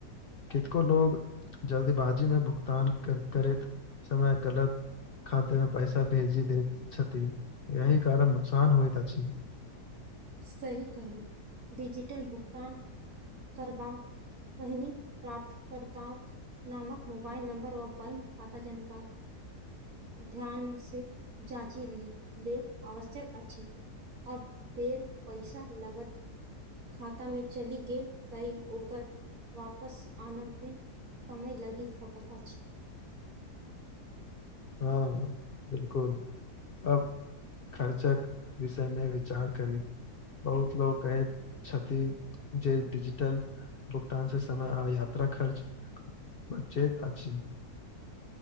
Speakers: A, on the left; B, on the right.
A: केतको लोग जल्दबाजी मे भुगतान कर करैत समय गलत खाते मे पैसा भेजी देत छथि यही कारण नुकसान होइत अछि।
B: सही कहलू डिजिटल भुगतान करबा। पहिनी प्राप्त कर्ताक। नामक मोबाइल नंबर बैंक खाता जनकर ध्यानसँ जाचि ले लेब आवश्यक अछि। अब बेर पैसा लगत। खातामे चलि गेल तै ओकर वापस आनबमे समय लगि सकैत अछि
A: हँ बिल्कूल अब खर्च कऽ विषयमे विचार करी बहुत लोक कहैत छथि जे डिजिटल। भुगतान सँ समय आ यात्रा खर्च बचैत अछि।